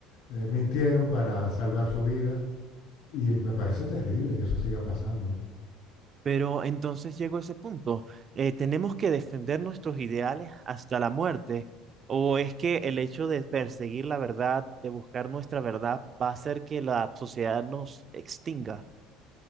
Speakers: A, on the left; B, on the right.
A: eh, mintieron para salvar su vida y me parece terrible que eso siga pasando. ¿eh?
B: Pero entonces llegó ese punto. eh, ¿tenemos que defender nuestros ideales hasta la muerte? ¿O es que el hecho de perseguir la verdad, de buscar nuestra verdad, va a hacer que la sociedad nos extinga?